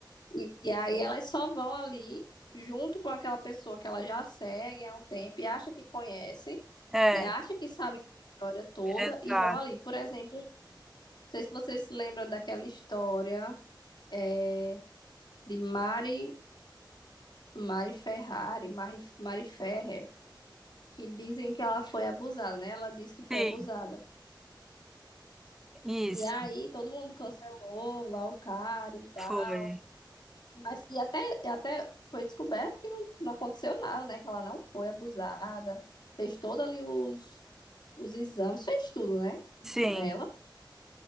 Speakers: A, on the left (about 60°); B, in the centre.
A: E, e aí elas só vão ali junto com aquela pessoa que ela já segue há um tempo e acha que conhece,
B: É,
A: né? Acha que sabe a história toda
B: exato.
A: e vão ali. Por exemplo, não sei se você se lembra daquela história é, de Mari, Mari Ferrari, Mari, Mari Ferrer, que dizem que ela foi abusada, né? Ela disse que foi
B: Sim,
A: abusada.
B: isso
A: E aí todo mundo cancelou lá o cara e tal.
B: foi.
A: Mas e até, e até foi descoberto que não, não aconteceu nada, né? Que ela não foi abusada, fez todo ali os, os exames, fez tudo, né?
B: Sim.
A: Nela.